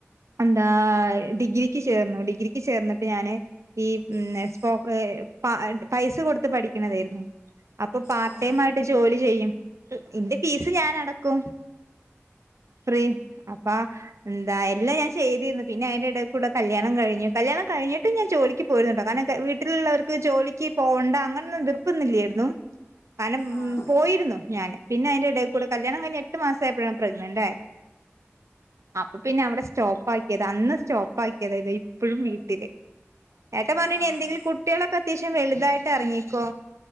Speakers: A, on the right (about 80°); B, on the left (about 80°).
A: എന്താ ഡിഗ്രിക്ക് ചേർന്നു ഡിഗ്രിക്ക് ചേർന്നിട്ട് ഞാന് ഈ പിന്നെ
B: ഉം
A: സ്പോക് പ പൈസ കൊടുത്ത് പഠിക്കണതായിരുന്നു അപ്പൊ പാർട്ട്
B: ആഹ് ആഹ് ആഹ് ആഹ്
A: ടൈം ആയിട്ട് ജോലി ചെയ്യും ഇന്റെ ഫീസ് ഞാനടക്കും ഫ്രീ അപ്പ എന്താ എല്ലാഞാൻ ചെയ്തിരുന്നു പിന്നെ അയിന്റെഎടേകൂടെ കല്യാണം കഴിഞ്ഞു കല്യാണം കഴിഞ്ഞിട്ട് ഞാൻ ജോലിക്ക് പോയിരുന്നുട്ടോ കാരണം വീട്ടിലുള്ളവർക്ക് ജോലിക്ക് പോകണ്ട അങ്ങനൊന്നുംതിർപ്പുന്നില്ലായിരുന്നു കാരണം ഉം
B: ആഹ്
A: പോയിരുന്നു ഞാന് പിന്നെ അതിന്റെ എടേകൂടെ കല്യാണം കഴിഞ്ഞ് എട്ട് മാസായപ്പോഴാണ് പ്രഗ്നന്റ് ആയത് <unintelligible> അപ്പൊ പിന്നെ അവിടെ സ്റ്റോപ്പ് ആക്കിയതാ അന്ന് സ്റ്റോപ്പ് ആക്കിയതാ ഇത് ഇപ്പോഴും വീട്ടില് ഏട്ടൻ പറഞ്ഞ് ഇനി
B: ആഹ്
A: എന്തങ്കിലും കു കുട്ടികളൊക്കെ അത്യാവശ്യം വലുതായിട്ട് എറങ്ങിക്കോ